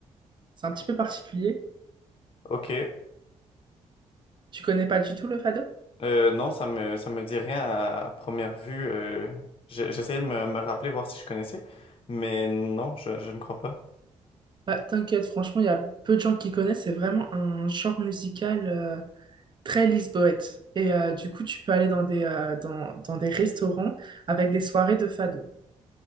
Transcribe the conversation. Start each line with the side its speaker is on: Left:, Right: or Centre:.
Right: C'est un petit peu particulier.
Left: Ok,
Right: Tu connais pas du tout le fado?
Left: Euh, non, ça me ça me dit rien à, à première vue. euh, j'ai- j'essayais de me, me rappeler voir si je connaissais, mais non, je, je ne crois pas.
Right: Bah, t'inquiète, franchement, il y a peu de gens qui connaissent. C'est vraiment un genre musical euh, très lisboète. Et euh, du coup, tu peux aller dans des, euh, dans, dans des restaurants avec des soirées de fado.